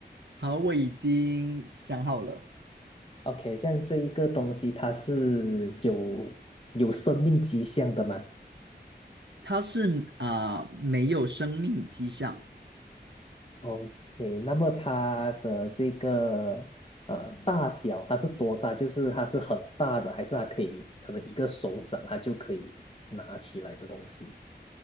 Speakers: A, on the right; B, on the left.
A: 好，我已经想好了，
B: ，OK，这样这一个东西它是有有生命迹象的嘛
A: 它是啊、没有生命迹象，
B: ？OK，那么它的这个呃大小它是多大？就是它是很大的，还是它可以可能一个手掌它就可以拿起来的东西？